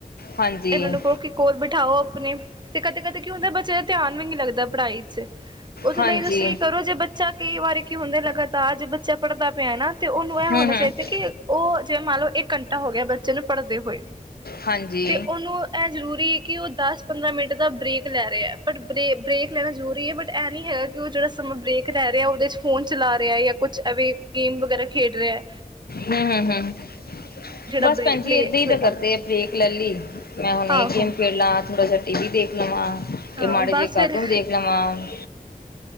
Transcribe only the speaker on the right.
ਇਹਨਾਂ ਨੂੰ ਕਹੋ ਕਿ ਕੋਰ ਬਿਠਾਓ ਆਪਣੇ ਤੇ ਕਦੇ ਕਦੇ ਕੀ ਹੁੰਦਾ ਬੱਚੇ ਦਾ ਧਿਆਨ ਵੀ ਨੀ ਲੱਗਦਾ ਪੜ੍ਹਾਈ ਚ ਉਹਦੇ
ਲਈ ਤੁਸੀਂ ਕਰੋ ਜੇ ਬੱਚਾ ਕਈ ਵਾਰੀ ਕੀ ਹੁੰਦਾ ਲਗਾਤਾਰ ਜੇ ਬੱਚਾ ਪੜ੍ਹਦਾ ਪਿਆ ਨਾ। ਤੇ ਉਹਨੂੰ ਇਹ
ਹੋਣਾ
ਚਾਹੀਦਾ ਕਿ ਉਹ ਜਿਵੇਂ ਮੰਨ ਲਓ ਇੱਕ ਘੰਟਾ ਹੋ ਗਿਆ ਬਚੇ ਨੂੰ ਪੜ੍ਹਦੇ ਹੋਏ
ਤੇ ਉਹਨੂੰ ਇਹ ਜ਼ਰੂਰੀ ਕਿ ਉਹ ਦਸ ਪੰਦਰਾਂ ਮਿੰਟ ਬ੍ਰੇਕ ਲੈ ਰਿਹਾ ਬਟ ਬ ਬ੍ਰੇਕ ਲੈਣਾ ਜ਼ਰੂਰੀ ਹੈ ਬਟ ਇਹ ਨੀ ਹੈਗਾ ਕਿ ਉਹ ਜਿਹੜਾ ਸਮਾਂ ਬ੍ਰੇਕ ਰਹਿ ਰਿਹਾ ਉਹਦੇ ਚ ਫੋਨ ਚਲਾ ਰਿਹਾ ਜਾਂ ਕੁਛ ਅਵੇ ਗੇਮ ਵਗੈਰਾ ਖੇਡ ਰਿਹਾ ਐ।
ਬ੍ਰੇ
ਬਲੇ
ਹੋਏਗਾ
ਆਹੋ
ਹਾਂ
ਬਸ
ਫਿਰ